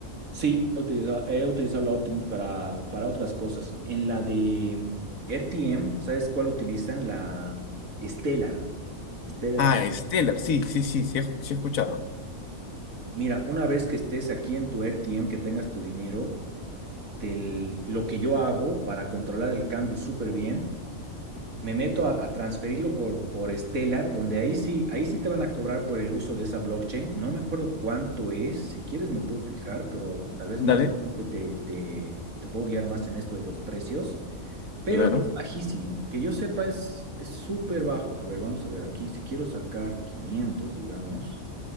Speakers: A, on the right; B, on the left.
A: Sí, he utilizado, he utilizado la Optimus para, para otras cosas. En la de RTM, ¿sabes cuál utilizan? La Stellar. Stellar.
B: Ah, Stellar, sí, sí, sí, sí he, sí he escuchado.
A: Mira, una vez que estés aquí en tu RTM, que tengas tu dinero. del- lo que yo hago para controlar el cambio súper bien. Me meto a, a transferirlo por, por Stellar, donde ahí sí, ahí sí te van a cobrar por el uso de esa blockchain. No me acuerdo cuánto es, si quieres me puedo fijar, pero tal vez
B: Dale,
A: más adelante te, te, te puedo guiar más en esto de los precios. Pero
B: claro.
A: es bajísimo, que yo sepa es es súper bajo. A ver, vamos a ver aquí, si quiero sacar 500 digamos